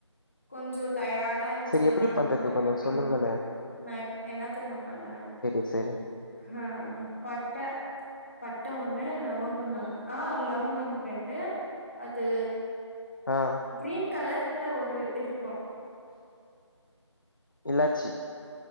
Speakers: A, on the left (about 25°); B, on the left (about 45°).
A: கொஞ்சோ டயார்ட் பயந்ச்சன்னா
B: சரி எப்டி
A: அந்த
B: பண்றது
A: மாரில்லா
B: கொஞ்சோ
A: பண்ண
B: சொல்லுங்களே
A: மாட்ட நா என்ன தெரிமா பண்ண
B: செரி
A: ஹலோ பட்ட பட்ட ஒண்ணு லவங்க ஒண்ணு ஆ லவங்க ரெண்டு அது
B: ஆ
A: கிரீன் கலர்ல ஒரு இருக்கு
B: இல்லாச்சி